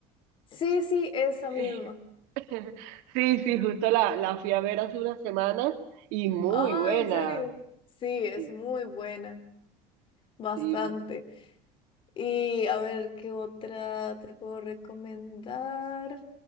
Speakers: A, on the left (about 35°); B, on the right (about 70°).
A: Sí, sí, esa
B: <laughs>
A: misma.
B: Sí, sí, justo la, la fui a ver hace unas semanas y muy
A: Ah,
B: buena.
A: en serio. Sí, es
B: Sí,
A: muy buena, bastante.
B: sí,
A: Y a ver, ¿qué otra te puedo recomendar?